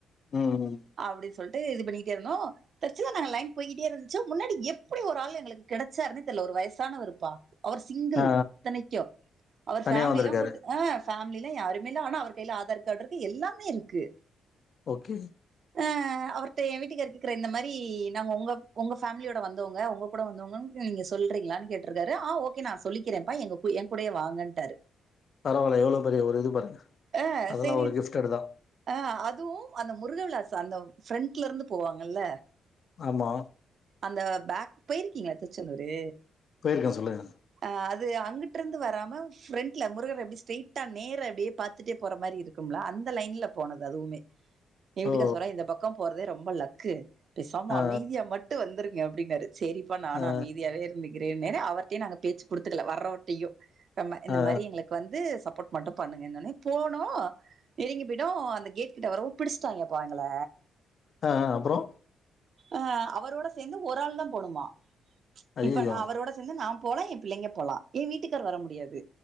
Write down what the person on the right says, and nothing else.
அப்டி சொல்ட்டு இது பண்ணிக்கிட்டே இருந்தோ ஏதறச்சியா நா லைன் போயிட்டே இருந்துச்சோ முன்னாடி எப்பிடி ஒரு ஆளு எங்களுக்கு கிடைச்சாருன்னே தெர்ல ஒரு வயசான வருப்பா அவர் சிங்கிள்
இத்தனைக்கும் அவர்
ஃபேமில்லா
கூட்டு ஆ ஃபேமில்லா யாருமே இல்ல ஆனா அவர் கைல ஆதார் கார்டு இருக்கு எல்லாமே இருக்கு
ஆ அ அவர்ட்ட என் வீட்டுக்காரு கேக்குறாரு இந்த மாறி நாங்க உங்க உங்க பேமிலியோட வந்தவங்க உங்க கூட வந்தவங்கன்னு நீங்க சொல்றீங்களான்னு கேட்டுருக்காரு ஆ ஓக்கே நா சொல்லிக்கிறேன்ப்பா எங்க என் கூடயே வாங்கன்டாரு
ஆ
சேரின்
ஆ அதுவு அந்த முருக விளாஸ் அந்த ஃபரண்ட்ல இருந்து போவாங்கில்ல
அந்த பேக் போயிருக்கீங்ளா திருச்செந்தூரு
ஆ அது அங்கிட்டு இருந்து வராம ஃப்ரண்ட்ல முருகர அப்டி ஸ்ரைட்டா நேராஅப்டியே பாத்துட்டே போற மாறி இருக் க்கும்ல்ல அந்த லைன்ல போனது அதுவுமே நீ வீட்டுக்காரு
சொல்றாரு இந்த பக்கம் போறதே ரொம்ப லக்கு பேசாம
அமைதியா மட்டு வந்துருங்க அப்டினாரு சேரிப்பா நானும்
அமைதியாவே இருந்துக்கிறேன்னே அவர்ட்டையு நாங்க பேச்சு குடுத்துக்கல வர்றவர்டையு சொன்னே இந்த
மாறி எங்களுக்கு வந்து சப்போர்ட் மட்டு பண்ணுங்கன்னவொன்னே போனோ நெருங்கி போயிட்டோ அந்த கேட் கிட்ட வரவு பிடிச்ட்டாங்க பா எங்கள
அ அவரோட சேர்ந்து ஒரு ஆள் தா போணுமா
இப்ப நா அவரோட சேர்ந்து நா போலா என் பிள்ளைங்க போலா என் வீட்டுக்கார் வர முடியாது